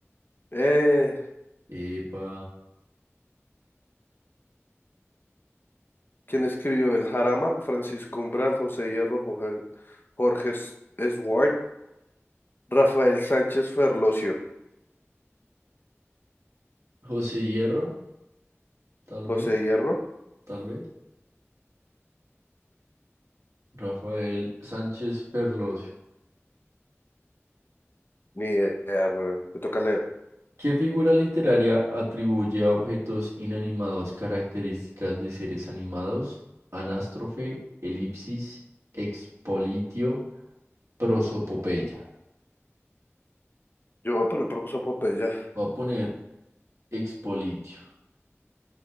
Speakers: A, on the left; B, on the right.
A: Eh,
B: Epa,
A: ¿quién escribió el Jarama? Francisco Umbral, José Hierro, Jorge, Jorge S- Swart, Rafael Sánchez Ferlosio.
B: José Hierro, tal
A: José
B: vez,
A: Hierro.
B: tal vez. Rafael Sánchez Ferlosio.
A: Ni idea, güey. Me toca leer.
B: ¿Qué figura literaria atribuye a objetos inanimados características de seres animados? Anástrofe, elipsis, expolitio, prosopopeya.
A: Yo voy a poner profesor Popeye.
B: Voy a poner Expolitio.